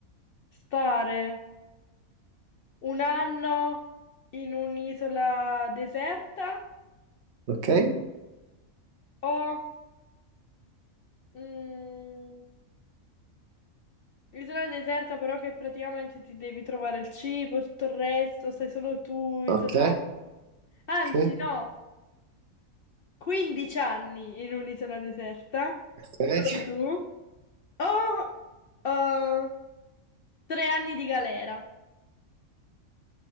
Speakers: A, on the left; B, on the right.
A: stare un anno in un'isola deserta
B: Ok,
A: o mm, Isola deserta però che praticamente ti devi trovare il cibo, tutto il resto, stai solo tu isolato.
B: ok,
A: Anzi,
B: sì,
A: no, 15 anni in un'isola deserta,
B: ok.
A: solo tu, o eh, tre anni di galera.